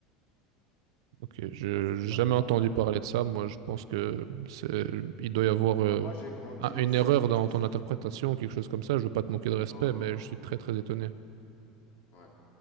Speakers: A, on the right (about 80°); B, on the left (about 55°).
A: Ok, je,
B: Ça, c'est
A: j'ai
B: tout
A: jamais
B: à fait normal.
A: entendu parler de ça, moi je pense que c'est, il doit y avoir euh,
B: Bah, moi, j'ai grandi
A: un-
B: dans
A: une
B: cette
A: erreur
B: culture.
A: dans ton interprétation, quelque chose comme ça, je veux pas te manquer de respect,
B: Non,
A: mais
B: non, non.
A: je suis très très étonné.
B: Ouais.